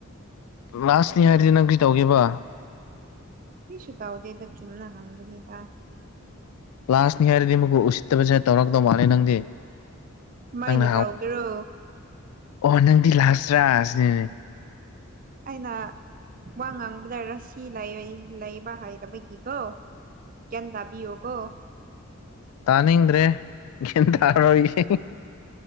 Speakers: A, on the left; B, on the right.
A: ꯂꯥꯁꯅꯤ ꯍꯥꯏꯔꯗꯤ ꯅꯪ ꯀ ꯇꯧꯒꯦꯕ
B: ꯃꯤꯁꯨ ꯀꯥꯎꯗꯦꯗ ꯆꯨꯝꯅ ꯍꯪꯕꯅꯤꯗ
A: ꯀ꯭ꯂꯥꯁꯅꯤ ꯍꯥꯏꯔꯗꯤ ꯃ ꯎꯁꯤꯠꯇꯕꯁꯦ ꯇꯧꯔꯛꯇꯕ ꯃꯥꯂꯦ ꯅꯪꯗꯤ
B: ꯀꯃꯥꯏꯅ
A: ꯅꯪꯅ ꯍꯥꯎ
B: ꯇꯧꯒꯦꯔꯣ
A: ꯑꯣ ꯅꯪꯗꯤ ꯂꯥꯁ꯭ꯔꯥ ꯑꯁꯤꯅꯤꯅꯦ
B: ꯑꯩꯅ ꯋꯥ ꯉꯥꯡꯕꯗ ꯔꯁꯤ ꯂꯩꯕ ꯍꯥꯏꯩꯕꯒꯤꯀꯣ ꯒ꯭ꯌꯥꯟ ꯇꯥꯕꯤꯌꯣꯀꯣ
A: ꯇꯥꯅꯤꯡꯗ꯭ꯔꯦ ꯌꯦꯟ ꯇꯥꯔꯣꯏꯒ